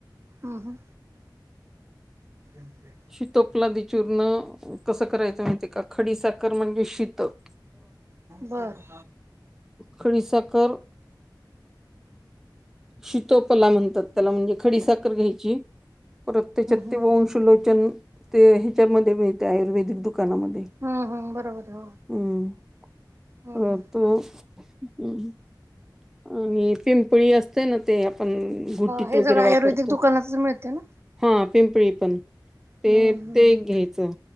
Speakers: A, on the right; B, in the centre.
A: हो, ह. <unintelligible>
B: शितोपलादी चूर्ण कसं करायचं, माहितीय का? खडी साखर म्हणजे शितप
A: बरं.
B: खडी साखर शितोपला म्हणतात, त्याला म्हणजे खडी साखर घ्यायची प्रत्यचत्य
A: हम्म
B: वंशलोचन ते ह्याच्यामध्ये मिळते, आयुर्वेदिक दुकानामध्ये.
A: हम्म हम्म बरोबर हो,
B: हम्म
A: हम्म
B: परत
A: हम्म!
B: <unintelligible> आणि पिंपळी असते, ना ते आपण घुटीत
A: हे
B: वगैरे
A: सगळं आयुर्वेदिक
B: वापरतो.
A: दुकानातच मिळते ना?
B: हा पिंपळी पण ते
A: हम्म हम्म
B: ते एक घ्यायचं,